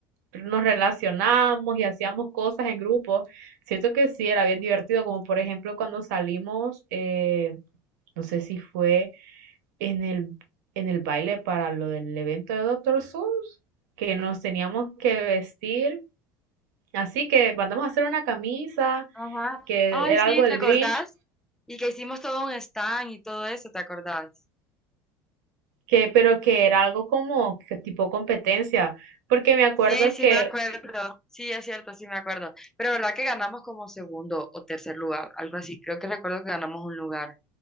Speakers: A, on the right; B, in the centre.
A: nos relacionábamos y hacíamos cosas en grupo. Siento que sí, era bien divertido, como por ejemplo cuando salimos, eh, no sé si fue en el, en el baile para lo del evento de Doctor Seuss, que nos teníamos que vestir. Así que mandamos a hacer una camisa,
B: ajá.
A: que
B: Ay,
A: era
B: sí,
A: algo del
B: ¿te acordás?
A: Grinch,
B: Y que hicimos todo un stand y todo eso, ¿te acordás?
A: que, pero que era algo como que tipo competencia, porque me acuerdo
B: Sí, sí
A: que,
B: me acuerdo. Sí, es cierto, sí me acuerdo. Pero verdad que ganamos como segundo o tercer lugar, algo así. Creo que recuerdo que ganamos un lugar.